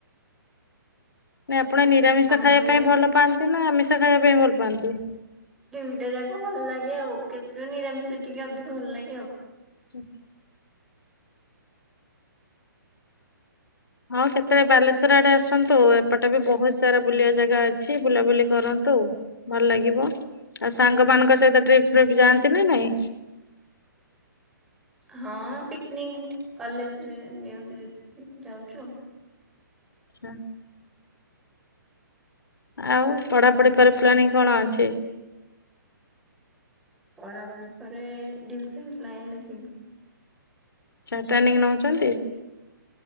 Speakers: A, on the left; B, in the centre.
A: ନାଇଁ ଆପଣ ନିରାମିଷ
B: ଆ ମୁଁ
A: ଖାଇବା ପାଇଁ ଭଲ ପାଆନ୍ତି ନା ଆମିଷ ଖାଇବା ପାଇଁ ଭଲ ପାଆନ୍ତି?
B: ଦୁଇଟା ଯାକ ଭଲ ଲାଗେ ଆଉ କେତେ ନିରାମିଷ ଟିକେ ଅଧିକ ଭଲ ଲାଗେ ଆଉ।
A: ହେଇଚି ହଁ କେତେବେଳେ ବାଲେଶ୍ଵର ଆଡେ ଆସନ୍ତୁ ଏପଟେ ବି ବହୁତ ସାରା ବୁଲିବା ଜାଗା ଅଛି ବୁଲାବୁଲି କର ନ୍ତୁ ଭଲ ଲାଗିବ। ଆଉ ସାଙ୍ଗ ମାନଙ୍କ ସହିତ ଟ୍ରିପ ଫ୍ରିପ ଯାଆନ୍ତି ନା ନାଇଁ?
B: ହଁ ପିକନିକ କଲେଜରେ ନିଅନ୍ତି ଯେତେ ଯାଉଛୁ ଆଉ।
A: ଆଛା ଆଉ ପଢାପଢି ପରେ ପ୍ଲାନିଂ କଣ ଅଛି?
B: ପଢ଼ାକ ଭିତରେ ଡିଫେନ୍ସ ଲାଇନରେ ଯିବୁ।
A: ଆଚ୍ଛା ଟ୍ରେନିଂ ନଉଛନ୍ତି?